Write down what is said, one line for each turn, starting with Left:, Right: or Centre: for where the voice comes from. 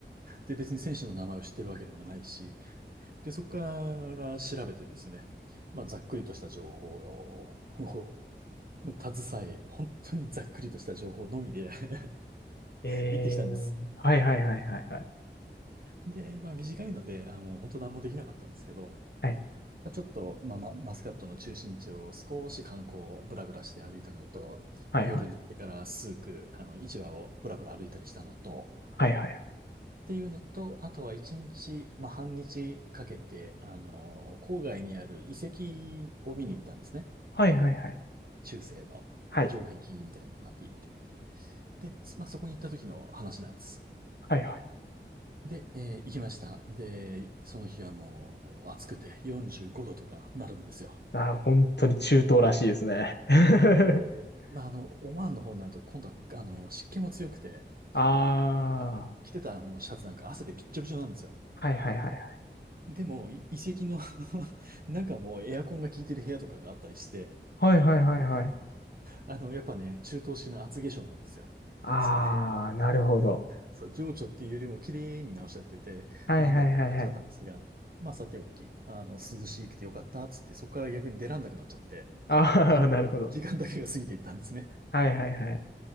Right: で、別に選手の名前を知ってるわけでもないし、で、そこから調べてですね、まあ、ざっくりとした情報を <laughs> 携え、本当にざっくりとした情報のみで <laughs>
Left: えー。
Right: 行ってきたんです。
Left: はいはいはいはいはい。
Right: で、まあ、短いので、あ、もう本当何もできなかったんですけど、
Left: はい
Right: まあ、ちょっと、まあ、まマスカットの中心地を少し観光をブラブラして歩いたのと、
Left: はいはい。
Right: まあ、夜になってから数区、あの、市場をブラブラ歩いたりしたのと、
Left: はいはい
Right: っていうのと、あとは一日、まあ、半日かけて、あの、郊外にある遺跡を見に行ったんですね。
Left: はいはいはいはい。
Right: 中世の城壁みたいになっていて。
Left: はい
Right: で、まあ、そこに行った時の話なんです。
Left: はいはい。
Right: で、えー行きました。で、その日はもう暑くて45度とかなるんですよ。
Left: ああ本当に中東らしいですね。<laughs>
Right: そう。で、まあ、あの、オマーンの方になると今度は、あの、湿気も強くて、
Left: ああ、
Right: あ、着てたもうシャツなんか汗でびっちょびちょなんですよ。
Left: はいはいはいはい。
Right: でも、い遺跡の <laughs> 中もエアコンが効いてる部屋とかがあったりして、
Left: はいはいはいはい
Right: あの、やっぱね、中東式の厚化粧なんですよ。
Left: ああなるほど
Right: そのそう、情緒っていうよりも綺麗に直しちゃってて、
Left: はいはいはいはい
Right: なんだっていう感じだったんですが、まあさておき、あの、涼しくてよかったっつって、そこから逆に出らんなくなっちゃって、
Left: ああ
Right: じ、
Left: <laughs> なるほど
Right: 時間だけが過ぎていったんですね。
Left: はいはいはい